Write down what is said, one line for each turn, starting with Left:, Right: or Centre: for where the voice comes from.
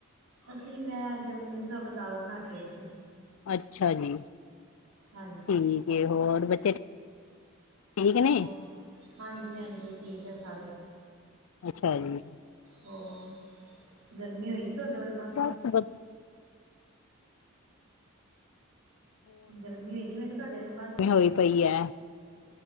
Right: ਅਸੀਂ ਮੈਂ ਅਜੇ ਮੂੰਗੀ ਸਾਬ ਦਾਲ ਬਣਾ ਕੇ ਆਈ ਸੀ
Left: ਅੱਛਾ ਜੀ
Right: ਹਾਂਜੀ
Left: ਠੀਕ ਹੈ ਹੋਰ ਬੱਚੇ ਠੀਕ ਨੇ
Right: ਹਾਂ ਹਾਂਜੀ ਹਾਂਜੀ ਠੀਕ ਹੈ ਸਾਰੇ
Left: ਹਾਂਜੀ
Right: ਹੋਰ ਗਰਮੀ ਹੋਈ ਸੀ ਤੁਹਾਡੇ ਵਾਲੇ ਪਾਸੇ
Left: ਬਸ ਵ
Right: ਗਰਮੀ ਹੋ ਦੀ ਮੈਂ ਕਿਹਾ ਤੁਹਾਡੇ ਆਲੇ ਪਾਸੇ
Left: ਹੋਈ ਪਈ ਹੈ